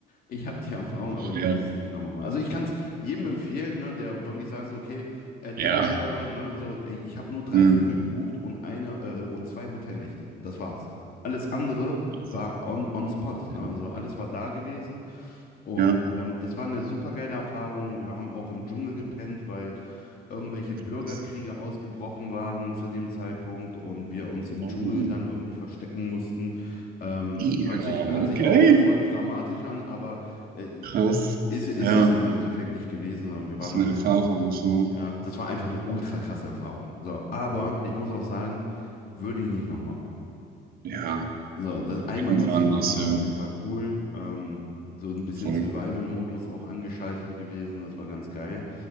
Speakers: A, on the left; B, on the right.
A: ich habe die Erfahrung, aber
B: Ja.
A: ich muss es nicht nochmal machen. Also ich kann es jedem empfehlen, ne, der wirklich sagt, so, okay, Adventure,
B: Ja.
A: ne, so, ey, ich habe nur drei
B: Mhm.
A: Flüge gebucht und eine äh, und zwei Hotelnächte. Das war's. Alles andere
B: Das-
A: war on, on spot,
B: Ja.
A: ne? Also alles war da gewesen und
B: Ja.
A: ähm, das war eine super geile Erfahrung. Wir haben auch im Dschungel gepennt, weil irgendwelche Bürgerkriege
B: Das.
A: ausgebrochen waren zu dem Zeitpunkt und wir uns im
B: Oh.
A: Dschungel dann irgendwie verstecken mussten. Ähm,
B: Ja,
A: hört sich, hört
B: okay.
A: sich auch wieder voll dramatisch an, aber äh,
B: Krass.
A: ist, ist
B: Ja.
A: es im Endeffekt nicht gewesen, sondern wir
B: Ist
A: waren dann
B: eine
A: halt,
B: Erfahrung so.
A: ja, das war einfach eine ultra krasse Erfahrung. So, aber ich muss auch sagen, würde ich nicht nochmal machen.
B: Ja.
A: So, das, einmal
B: Irgendwann
A: das zu machen
B: ist
A: ist
B: ja
A: auf jeden Fall cool. Ähm, so ein bisschen
B: voll.
A: Survival-Modus auch angeschaltet gewesen, das war ganz geil.